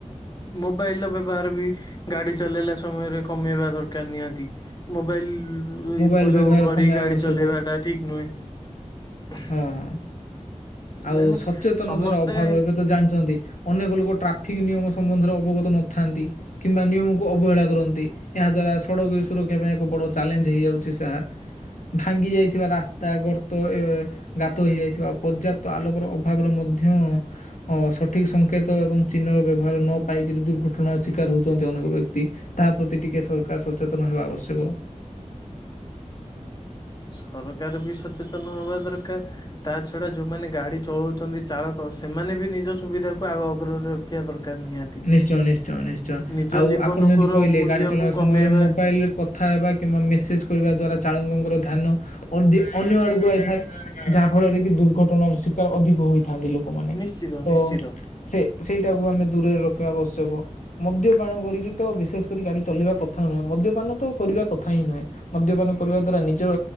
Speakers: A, on the left (about 35°); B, on the left (about 85°).
A: ମୋବାଇଲର ବ୍ୟବହାର ବି ଗାଡି ଚଲେଇଲା ସମୟରେ କମେଇବା ଦରକାର ନିହାତି। ମୋବାଇଲ୍ ହୁଁ
B: ମୋବାଇଲ
A: ଉପଯୋଗ
B: ବ୍ୟବହାର
A: କରି
B: କମେଇବା
A: ଗାଡି
B: ଆବଶ୍ୟକ
A: ଚଲେଇବା ଟା ଠିକ ନୁହେଁ।
B: ହଁ ହଁ। ଆଉ
A: ତେଣୁ
B: ସଚେତନତାର
A: ସମସ୍ତେ
B: ଅଭାବ ଏବେ ତ ଜାଣିଛନ୍ତି ଅନେକ ଲୋକ ଟ୍ରାଫିକ ନିୟମ ସମ୍ବନ୍ଧରେ ଅବଗତ ନଥାନ୍ତି କିମ୍ବା ନିୟମକୁ ଅବହେଳା କରନ୍ତି। ଏହା ଦ୍ଵାରା ସଡ଼କ ସୁରକ୍ଷା ପାଇଁ ଏକ ବଡ ଚ୍ୟାଲେଞ୍ଜ୍ ହେଇଯାଉଚି ସା ଭାଙ୍ଗି ଯାଇଥିବା ରାସ୍ତା, ଗର୍ତ୍ତ, ଅ ଗାତ ହେଇଯାଇଥିବା ପର୍ଯ୍ୟାପ୍ତ ତ ଆଲୋକର ଅଭାବରେ ମଧ୍ୟ ଅ ସଠିକ୍ ସ ଙ୍କେତ ଏବଂ ଚିହ୍ନର ବ୍ୟବହାର ନ ପାଇକିରି ଦୁର୍ଘଟଣାର ଶିକାର ହେଉଚନ୍ତି ଅନେକ ବ୍ୟକ୍ତି। ତା ପ୍ରତି ଟିକେ ସରକାର ସଚେତନ ହେବା ଆବଶ୍ୟକ।
A: ସରକାର ବି ସଚେତନ ହବା ଦରକାର। ତା ଛଡା ଯୋଉମାନେ ଗାଡି ଚଳଉଛନ୍ତି ଚାଳକ ସେମାନେ ବି ନିଜ ସୁବିଧାକୁ ଆଗ ଅଗ୍ରରେ ରଖିବା ଦରକାର ନିହାତି।
B: ନିଶ୍ଚୟ ନିଶ୍ଚୟ ନିଶ୍ଚୟ,
A: ନିଜ
B: ଆଉ
A: ଜୀବନକର
B: ଆପଣ ଯେମିତି କହିଲେ,
A: ମୂଲ୍ୟକୁ
B: ଗାଡି ଚଳେଇବା
A: କମେଇବା
B: ସମୟରେ ମୋବାଇଲ୍ ରେ କଥା ହେବା କିମ୍ବା ମେସେଜ କରିବା ଦ୍ଵାରା ଚାଳକଙ୍କର ଧ୍ୟାନ ଅ ଅନ୍ୟ ଆଡକୁ ଆଇଥାଏ। ଯାହା ଫଳରେ କି ଦୁର୍ଘଟଣାର ଶିକାର ଅଧିକ ହୋଇଥାନ୍ତି ଲୋ ଲୋକମାନେ
A: ନିଶ୍ଚିତ
B: ତ
A: ନିଶ୍ଚିତ।
B: ସେ ସେଇଟାକୁ ଆମେ ଦୂରରେ ରଖିବା ଆବଶ୍ୟକ। ମଦ୍ୟପାନ କରିକି ତ ବିଶେଷ କରି ଗାଡି ଚଲେଇବା କଥା ନୁହେଁ, ମଦ୍ୟପାନ ତ କରିବା କଥା ହିଁ ନୁହେଁ। ମଦ୍ୟପାନ କରିବା ଦ୍ଵାରା ନିଜର